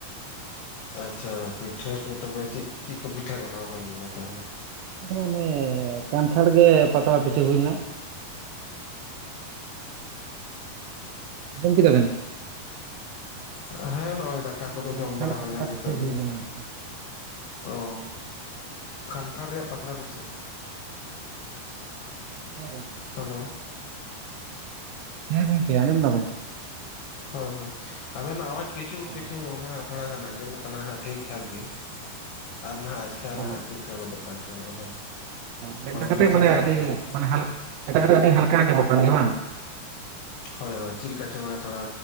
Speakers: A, on the left; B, on the right.
A: ᱟᱪᱪᱷᱟ ᱯᱤᱴᱷᱟᱹ ᱠᱚ ᱛᱚᱵᱮ ᱪᱮᱫ ᱪᱮᱫ ᱠᱚ ᱯᱤᱴᱷᱟᱹ ᱵᱮᱱᱟᱣ ᱦᱩᱭ ᱞᱮᱱᱟ ᱛᱟᱦᱞᱮ?
B: ᱚᱱᱮ ᱠᱟᱱᱴᱷᱟᱲ ᱜᱮ ᱯᱟᱛᱲᱟ ᱯᱤᱴᱷᱟᱹ ᱦᱩᱭ ᱞᱮᱱᱟ᱾ ᱟᱧᱡᱚᱢ ᱠᱮᱫᱟᱵᱮᱱ?
A: ᱟᱪᱪᱷᱟ ᱦᱮᱸ ᱱᱚᱜᱼᱚᱭ ᱫᱟᱠᱟ ᱠᱚᱫᱚ
B: ᱠᱟᱱᱴᱷᱟᱲ
A: ᱡᱚᱢ ᱵᱟᱲᱟ
B: ᱯᱟᱛᱲᱟ
A: ᱦᱩᱭᱱᱟ ᱱᱤᱛᱚᱜ
B: ᱯᱤᱴᱷᱟᱹ ᱦᱩᱭ
A: ᱜᱮ᱾
B: ᱞᱮᱱᱟ ᱟᱨᱠᱤ
A: ᱚ ᱠᱟᱱᱴᱷᱟᱲ ᱨᱮᱭᱟᱜ ᱯᱟᱛᱲᱟ ᱯᱤᱴᱷᱟᱹ᱾
B: ᱦᱮᱸ ᱜᱚᱝᱠᱮ ᱾
A: ᱦᱮᱞᱳ
B: ᱦᱮᱸ ᱜᱚᱢᱠᱮ ᱟᱸᱡᱚᱢ ᱫᱟᱵᱮᱱ?
A: ᱦᱳᱭ ᱦᱳᱭ ᱟᱵᱮᱱᱟᱜ ᱟᱣᱟᱡᱽ ᱠᱤᱪᱷᱩ
B: ᱚ
A: ᱠᱤᱪᱷᱩ ᱚᱱᱟ ᱜᱟᱱ ᱟᱸᱡᱚᱢᱚᱜ ᱠᱟᱱᱟ ᱦᱟᱜ ᱴᱷᱤᱠ ᱴᱷᱟᱠ ᱜᱮ ᱟᱨ ᱱᱟᱦᱟᱜ ᱟᱪᱠᱟ ᱱᱟᱦᱟᱜ
B: ᱚ
A: ᱪᱮᱫ ᱞᱮᱠᱟ ᱜᱚᱫᱚᱜ ᱠᱟᱱ ᱪᱚᱝ ᱢᱟᱱᱮ
B: ᱢᱮᱱ ᱫᱚ ᱠᱟᱛᱮ
A: ᱡᱩᱫᱟᱹ
B: ᱢᱟᱱᱮ
A: ᱫᱷᱟᱨᱟ
B: ᱟᱹᱰᱤ
A: ᱱᱟᱦᱟᱜ
B: <inaudible> ᱠᱟᱛᱮ ᱟᱹᱰᱤ ᱦᱟᱞᱠᱟ ᱟᱸᱡᱚᱢᱚᱜ ᱠᱟᱱ ᱜᱮᱭᱟ ᱵᱟᱝ?
A: ᱦᱳᱭ ᱦᱳᱭ ᱪᱮᱫᱠᱟ ᱪᱚᱝ ᱢᱟᱱᱮ ᱛᱷᱚᱲᱟ